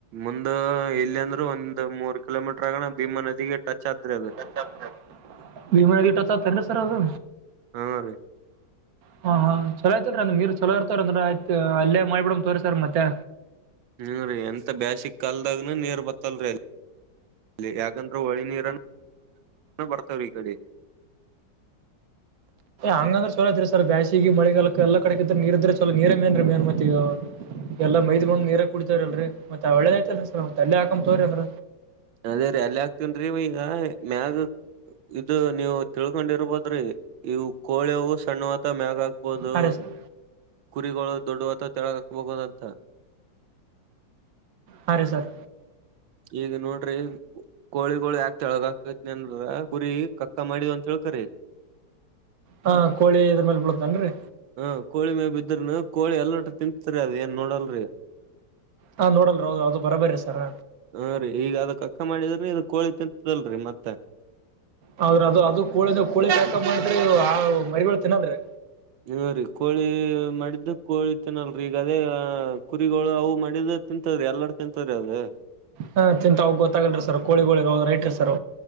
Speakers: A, on the right; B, on the right.
A: ಮುಂದ ಇಲ್ಲಿ ಅಂದ್ರೂ ಒಂದ ಅದು ಮೂರ್ ಕಿಲೋಮೀಟರ್ ಆಗಣ ಭೀಮಾ ನದಿಗೆ ಟಚ್ ಆದ್ರೆ ಅದು
B: ಚ ಪೀಟತ ಸರ್ ಅದು
A: ಹಾ ರೀ
B: ಹ ಹಾ ಚಲೋ ಆಯತವೀ ಅಂದ ನೀರ್ ಚಲೋ ಇರ್ತವಾರ ಅಂದ್ರ ಆಯ್ತ್ ಅಲ್ಲೇ ಮಾಡಿಬಿಡಂಗ ತೋರಿ ಸರ್ ಮತ್ತೆ
A: ಹ್ಮೂ ರರಿ ಎಂತ ಬೇಾಸಿಕ್ ಕಾಲದಾಗನ ನೀರ್ ಬತ್ತಲ್ರಿ ಅಲ್ಲಿ ಅ ಯಾಕಂದ್ರೆ ಹೊಳಿ ನೀರ ಬರ್ತವ್ರಿ ಈ ಕಡೆ
B: ಹಂಗಂದ್ರ ಚಲ ಇದ್ರರಿ ಸರ್ ಬ್ಯಾಸಗಿ ಮಳಿಾಲಕ್ ಎಲ್ಲ ಕಡೆ ಇದ್ರೆ ನೀರ್ ಇದ್ರೆ ಚಲೋ ನೀರೇನ್ ಮೇನ್ತ್ಗ ಎಲ್ಲ ಮೈದ್ ಬಂದ್ ನೀರ ಕುತವ್ರ ಅಲ್ರಿ ಮತ್ದ ಆ್ತಲ್ರಿ ಸ ಮತ್ತ ಅಲ್ಲಿ ಹಾಕೊಂಡ್ ತೋ್ರ ಅವ್ರ
A: ಅದೇ ರೀ ಅಲ್ಲಿ ಹಾಕ್ತೇನ್ ರೀ ಈಗ ಮ್ಯಾಗ ಇದು ನೀವು ತಿಳ್ಕೊಂಡಿರ್ಬೋದ್ರಿ ಇವು ಕೋಳೆವು ಸಣ್ಣವತ ಮ್ಯಾಗ ಆ ಹಬೋದು
B: ಹಾ ರೀ ಸರ್
A: ಕುರಿಗಳು ದೊಡ್ಡ ಅಥವಾ ತೆಳಗಾಕ್ಬಹೋದಂತ
B: ಹಾಂ ರೀ ಸರ್
A: ಇದು ನೋಡ್ರಿ ಕೋಳಿಗೋ ಯಾಕ್ ಕೆಳಗಕತಿನ ಅಂದರ ಪುರಿ ಕಕ್ಕ ಮಾಡಿದ್ ಅಂತ ಹೇಳಳ್ಕರಿ
B: ಹ ಕೋಳಿ ಇದ್ರ ಮೇಲೆ ಬಿಳತನ್ರಿ
A: ಹ ಕೋಳಿ ಮೇ ಬಿದ್ರನು ಕೋಳಿ ಎಲ್ಲೋಟ ತಿನ್ತ್ರಿ ಅದ ಏನ್ ನೋಡಲ್ರರಿ
B: ಹಾ ನೋಡಲ್ರ ಹೌದ ಅೌದು ಬರ ಬರರಿ ಸರ್
A: ಹಾ ರೀ ಈಗ ಅದ ಅಕ್ಕ ಮಾಡಿದ್ರೆ ಇದ ಕೋಳಿ ತಿಂತದಲ್ರಿ ಮತ್ತೆ
B: ಹೌದ್ರ ಅದು ಅದು ಕೂಳ ಕೂಳಿ ಸಾಾಕ ಮಾಡಿದ್ರೆ ಆ ಮರಿಗಳು ತಿನ್ನದ್ರೆ
A: ಹ ರೀ ಕೋಳಿ ಮಾಡಿದ್ದ ಕೋಳಿತೇನಲ್ರರಿ ಈಗ ಅದೇ ಕುರಿಗಳು ಅವು ಮಾಡಿದ ತಿಂತದ್ರಿ ಎಲ್ಲರ ತಿಂತದರಿ ಅದು
B: ಹಾ ಚಿಂತ ಹೋಗಿ ಗೊತ್ತಾಗೊಂಡ್ರರಿ ಸರ್ ಕೋಳಿಗಳ ಹೋದ ರೈ ರರಿ ಸರ್